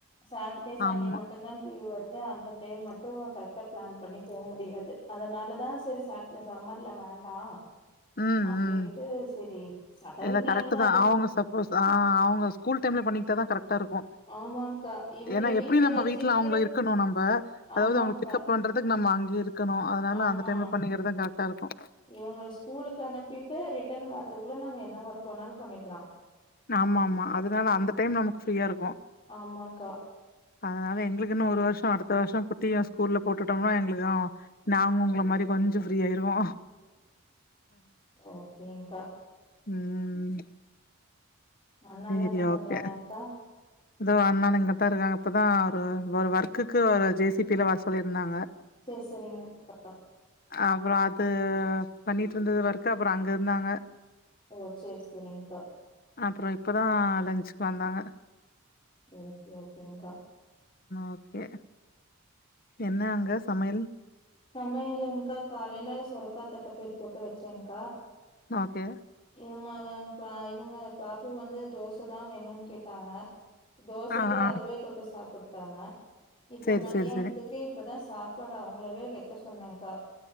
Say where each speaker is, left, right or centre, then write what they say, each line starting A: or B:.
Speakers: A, on the left; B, on the left.
A: சாட்டர்டே சண்டே
B: ஆமா.
A: மட்டு தா லீவ் வருது அந்த டே மட்டு கரெக்டா பிளான் பண்ணி போ முடியாது அதனால தா செரி ச சம்மர்ல வேண்டா
B: ம்,
A: அப்டின்ட்டு
B: ம்.
A: செரி அப்டீன்ட்டு சடன்
B: இல்ல
A: பிளான்
B: கரெக்ட்டு
A: தா
B: தான்.
A: அது
B: அவங்க ஆ அவங்க ஸ்கூல் டைம்ல பண்ணிக்கிட்டா தா கரெக்டா இருக்கு
A: ஆமாங்க்கா இவங்கள
B: ஏன்னா எப்டி நம்ம
A: வச்சுக்கிட்டு
B: வீட்ல அவுங்கள இருக்கணு நம்ப அதாவது
A: ஆமாங்க்கா
B: அவங்க பிக்கப் பண்ற நம்ம அங்கி இருக்கணு அதனால
A: ஆமா
B: அந்த டைம்ல பண்ணிக்கறதா கரெக்டா இருக்கு
A: இவங்கள ஸ்கூலுக்கு அனுப்பிட்டு ரிட்டன் வர்றக்குள்ள நம்ம என்ன ஒர்க் வேணாலு பண்ணிக்கலா
B: ஆமா ஆமா அதனால அந்த டைம் நமக்கு ஃப்ரீயா இருக்கு
A: ஆமாக்கா
B: அதனால எங்களுக்கு இன்னும் ஒரு அதனால எங்களுக்கு இன்னு ஒரு வருஷோ அடுத்த வருஷோ குட்டிம் ஸ்கூல்ல போட்டுட்டோம்னா எங்களுக்கு நாங்க உங்கள மாரி கொஞ்சோ ஃப்ரீ ஆயிருவோ
A: ஓகேங்க்கா
B: ம்
A: அண்ணால்லா
B: சேரி
A: என்ன பண்றாங்கக்கா
B: ஓகே இதோ அண்ணனு இங்கதா இருக்காங்க இப்பதா ஒரு ஒரு ஒர்க்குக்கு ஒரு ஜே சி பி ல வர சொல்லியிருந்தாங்க
A: சேர் சேரிங்க்கா
B: அப்றோ அது பண்ணிட்டு இருந்தது ஒர்க்கு அப்றோ அங்க இருந்தாங்க
A: ஓ சேர் சேரிங்க்கா
B: அப்றோ இப்போதா லஞ்சுக்கு வந்தாங்க
A: ஓகே ஓகேங்க்கா
B: ஓகே என்ன அங்க சமையல்
A: சமையலங்க்கா காலையில சுரக்கா தட்ட பயிறு போட்டு வெச்சேங்க்கா
B: ஓகே
A: ஏ மவ பா இவங்க பாப்பு வந்து தோசதா வேணுன்னு கேட்டாங்க தோசைக்கு
B: ஆ ஆ
A: அதுவே தொட்டு சாப்ட்டாங்க இப்ப
B: சேரி
A: மத்தியானத்துக்கு
B: சேரி சேரி
A: இப்பதா சாப் ப்பாட அவங்களவே வைக்க சொன்னேன்கா